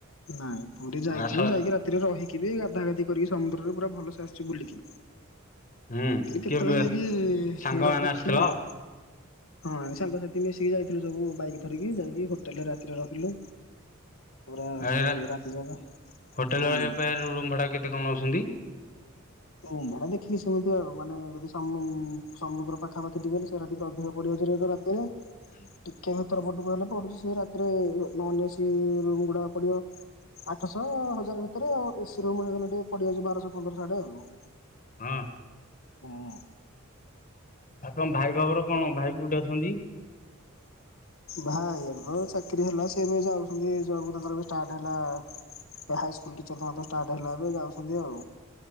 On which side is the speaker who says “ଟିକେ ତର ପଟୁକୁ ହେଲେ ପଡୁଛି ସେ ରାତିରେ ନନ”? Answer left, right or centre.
Left